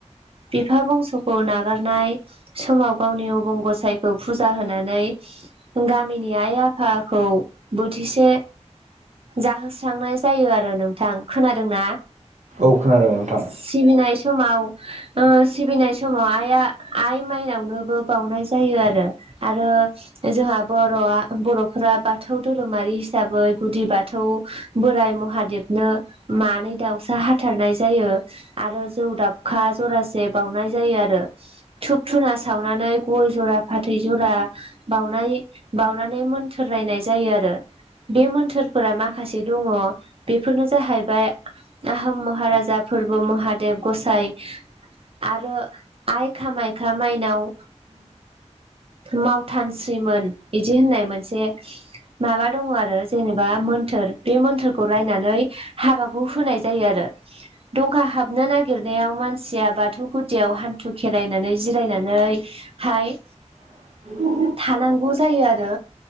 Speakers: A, on the right (about 50°); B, on the right (about 85°).
A: बिफा बंस'खौ नागारनाय समाव गावनि अबं गसायखौ फुजा होनानै गामिनि आइ आफाखौ बोथिसे जाहोस्रांनाय जायो आरो नोंथां खोनादों ना?
B: औ खोनादों नोंथां।
A: सिबिनाय समाव सिबिनाय समाव आइआ आइ माइनावनोबो बावनाय जायो आरो। आरो जोंहा बर'आ बर'फोरा बाथौ धोरोमारि हिसाबै गुदि बाथौ बोराइ महादेबनो मानै दाउसा हाथारनाय जायो आरो जौ दाबखा जरासे बाउनाय जायो आरो। धुप धुना सावनानै गय जरा फाथै जरा बावनाय बावनानै मोन्थोररायनाय जायो आरो। बे मोन्थोरफोरा माखासे दङ बेफोरनो जाहैबाय आहम महाराजा फोरबो महादेब गसाइ आरो आइखामायखा माइनाव मावथानस्रिमोन बिदि होननाय मोनसे माबा दङ आरो जेनेबा मोन्थोर बे मोन्थोरखौ रायनानै हाबाखौ होनाय जायो आरो। दंखा हाबनो नागिरनायाव मानसिया बाथौ गुदियाव हान्थु खेरायनानै जिरायनानै हाय
B: <unintelligible>
A: थानांगौ जायो आरो।